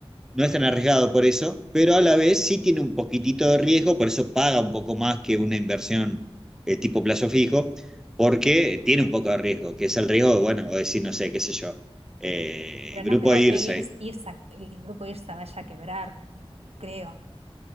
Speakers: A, in the centre; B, on the right.
A: no es tan arriesgado por eso, pero a la vez sí tiene un poquitito de riesgo, por eso paga un poco más que una inversión eh, tipo plazo fijo, porque tiene un poco de riesgo, que es el riesgo, bueno, o decir, no sé, qué sé yo, eh,
B: Pero
A: grupo
B: no creo
A: de IRSA,
B: que IRS- IRSA, el grupo IRSA vaya a quebrar, no, no- no creo.